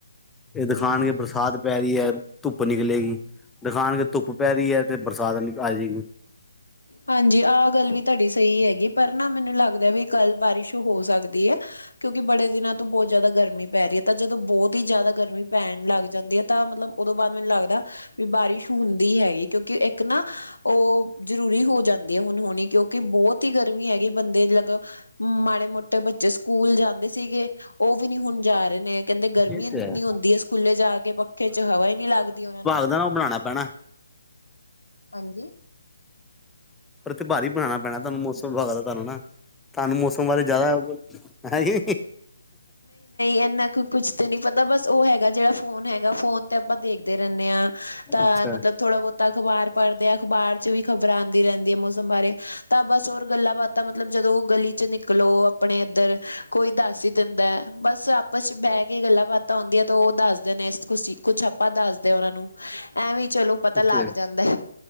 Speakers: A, in the centre; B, on the left (about 75°).
A: ਏ ਦਿਖਾਨਾਗੇ
B: ਹਾਂਜੀ-ਹਾਂਜੀ
A: ਬਰਸਾਤ ਪੈ ਰੀ ਐ ਧੁੱਪ ਨਿਕਲੇਗੀ, ਦਿਖਾਨਾਗੇ ਧੁੱਪ ਪੈ ਰੀ ਐ ਤੇ ਬਰਸਾਤ ਆ ਜੇ ਗੀ।
B: ਹਾਂਜੀ ਆਹ ਗੱਲ ਵੀ ਤੁਆਡੀ ਸਈ ਹੈਗੀ ਪਰ ਨਾ ਮੈਨੂੰ ਲੱਗਦਾ ਵੀ ਕੱਲ ਬਾਰਿਸ਼ ਹੋ ਸਕਦੀ ਐ। ਕਿਉਂਕਿ ਬੜੇ ਦਿਨਾਂ ਤੋਂ ਬੋਤ ਜਾਦਾ ਗਰਮੀ ਪੈ ਰੀ ਏ ਤਾਂ ਜਦੋਂ ਬੋਤ ਈ ਜਾਦਾ ਗਰਮੀ ਪੈਣ ਲੱਗ ਜਾਂਦੀ ਏ ਤਾਂ ਮਤਲਬ ਓਦੋਂ ਬਾਦ ਮੈਨੂੰ ਲੱਗਦਾ ਵੀ ਬਾਰਿਸ਼ ਹੁੰਦੀ ਹੈਗੀ ਕਿਉਂਕਿ ਇੱਕ ਨਾ ਓ ਜ਼ਰੂਰੀ ਹੋ ਜਾਂਦੀ ਏ ਹੁਨਾ ਹੋਣੀ ਕਿਉਂਕਿ ਬੋਤ ਈ ਗਰਮੀ ਹੈਗੀ ਬੰਦੇ ਦੇ ਮਤ ਮਾੜੇ ਮੋਟੇ ਬੱਚੇ ਸਕੂਲ ਜਾਂਦੇ ਸੀਗੇ ਓ ਵੀ ਨੀ ਹੁਨ ਜਾ ਰੇ ਨੇ। ਕੈਂਦੇ ਗਰਮੀ
A: ਇਹ
B: ਇੰਨੀ
A: ਤੇ ਹੈ
B: ਹੁੰਦੀ ਏ ਸਕੂਲੇ ਜਾ ਕੇ ਪੱਖੇ 'ਚ ਹਵਾ ਈ ਨੀ ਲੱਗਦੀ ਓਨਾਂ ਨੂੰ।
A: ਨਵਾਂ ਬਣਾਣਾ ਪੈਣਾ।
B: ਹਾਂਜੀ।
A: ਪਰ ਐਥੇ ਬਾਰ ਈ ਬਣਾਣਾ ਪੈਣਾ, ਤੁਹਾਨੂੰ ਮੌਸਮ ਵਿਭਾਗ ਦਾ ਤੁਆਨੂੰ ਨਾ। ਤਾਨੂੰ ਮੌਸਮ ਬਾਰੇ ਜਾਦਾ, ਹੈਂ ਜੀ
B: ਏਨਾ ਕੁ ਕੁਛ ਤੇ ਨੀ ਪਤਾ ਬਸ ਓਹ ਹੈਗਾ ਜੇੜਾ ਫੋਨ ਹੈਗਾ, ਫੋਨ ਤੇ ਅਪਾਂ ਦੇਖਦੇ ਰੈੰਨੇ ਆ। ਤਾਂ
A: ਅੱਛਾ
B: ਮਤਲਬ ਥੋੜਾ ਬੌਤਾ ਅਖ਼ਬਾਰ ਪੜ੍ਹਦੇ ਆ, ਅਖ਼ਬਾਰ ਚ ਵੀ ਖ਼ਬਰ ਆਂਦੀ ਰੈੰਦੀ ਏ ਮੌਸਮ ਬਾਰੇ। ਤਾਂ ਬਸ ਹੋਰ ਗੱਲਾਂ-ਬਾਤਾਂ ਮਤਲਬ ਜਦੋਂ ਓਹ ਗਲੀ ਚ ਨਿਕਲੋ ਅਪਣੇ ਏਧਰ ਕੋਈ ਦੱਸ ਈ ਦਿੰਦੈ। ਬਸ ਆਪਸ ਚ ਬੈਹ ਕੇ ਗੱਲਾਂ-ਬਾਤਾਂ ਹੂੰਦੀਆਂ ਤੇ ਓਹ ਦੱਸਦੇ ਨੇ ਇਸ ਕੁਸੀ਼, ਕੁਛ ਆਪਾਂ ਦੱਸਦੇ ਆ ਓਹਨਾਂ ਨੂੰ। ਐਂਵੇ ਈ ਚਲੋ ਪਤਾ ਲੱਗ
A: ਤੇ
B: ਜਾਂਦੈ,